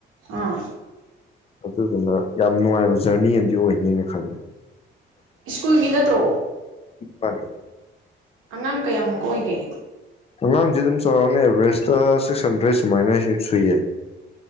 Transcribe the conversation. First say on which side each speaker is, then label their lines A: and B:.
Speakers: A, on the right (about 80°); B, on the left (about 30°).
A: ꯑꯥ
B: ꯑꯗꯨꯗꯨꯅ ꯌꯥꯝ ꯅꯨꯡꯉꯥꯏꯕ ꯖꯔꯅꯤ ꯑꯃꯗꯤ ꯑꯣꯏꯅꯦꯅ ꯈꯜꯂꯦ
A: ꯁ꯭ꯀꯨꯜꯒꯤ ꯅꯠꯇ꯭ꯔꯣ
B: ꯃꯥ
A: ꯑꯉꯥꯡ ꯀꯌꯥꯃꯨꯀ ꯑꯣꯏꯒꯦ
B: ꯑꯉꯥꯡꯁꯤ ꯑꯗꯨꯝ ꯆꯥꯎꯔꯥꯛꯅꯤ ꯑꯦꯚꯔꯦꯁꯇ ꯁꯤꯛꯁ ꯍꯟꯗ꯭ꯔꯦꯗ ꯁꯨꯃꯥꯏꯅ ꯁꯨꯏꯌꯦ